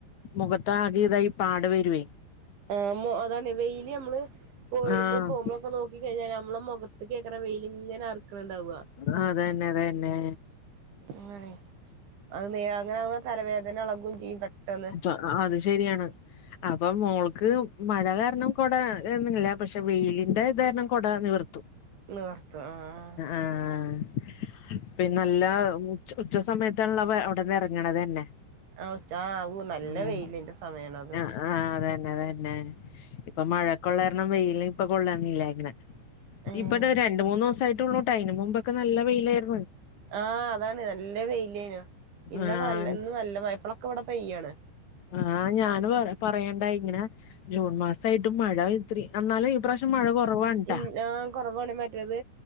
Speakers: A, on the left; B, on the right.
A: മുഖത്ത്‌ ആകെ ഇതായി പാട് വരുവേ.
B: ആഹ് ഉം അതാണ് വെയിലി നമ്മള് പോരുമ്പോഴും
A: ആഹ്
B: പോകുമ്പോഴും ഒക്കെ നോ ക്കി കഴിഞ്ഞാ നമ്മളെ മുഖത്ത് <unintelligible> വെയില് ഇങ്ങനെ <unintelligible>
A: ആഹ് അത് തന്നെ അത് തന്നെ
B: അങ്ങനെ അത് നേ അങ്ങനെ ആകുപോ തലവേദന എളകുവേയും ചെയ്യും പെട്ടെന്ന്
A: ആഹ് ആഹ് അത് ശരിയാണ് അപ്പൊ മോൾക്ക് മഴ കാരണം കൊട എന്നിങ്ങനില്ല പക്ഷെ വെയിലിന്റെ ഇത് കാരണം കൊട നിവർത്തും
B: നിവർത്തും ആഹ്
A: ആഹ് പിന്ന നല്ല ഉച്ച ഉച്ച സമയത്താണല്ലോ അവിടന്ന് ഇറങ്ങണത് തന്നെ
B: ആഹ് ഉച്ച ആവൂ നല്ല
A: ഉം
B: വെയിലിന്റെ സമയാണത്
A: ആഹ് അതന്നെ അതന്നെ ഇപ്പൊ മഴയൊക്കെ ഒള്ള കാരണം വെയില് ഇപ്പൊ കൊള്ളണില്ല അങ്ങനെ
B: ഏഹ്
A: ഇപ്പ ഇതാ രണ്ട് മൂന്ന് ദിവസായിട്ട് ഉള്ളൂട്ടാ അതിന് മുമ്പൊക്കെ നല്ല വെയിലാരുന്നു
B: ആഹ് അതാണ് നല്ല വെയിലേനു ഇന്നൊക്കെ
A: ആഹ്
B: നല്ല ഇന്ന് നല്ല മഴ ഇപ്പളൊക്കെ ഇവിടെ പെയ്യാണ്
A: ആഹ് ഞാന് പറ പറയണ്ട ഇങ്ങന ജൂൺ മാസായിട്ടും മഴ ഇത്രേ അന്നാലും ഈ പ്രാവ ട്ട് മഴ കുറവാണ് ട്ടാ
B: ഇല്ല ആഹ് കൊറവാണ് മറ്റേത്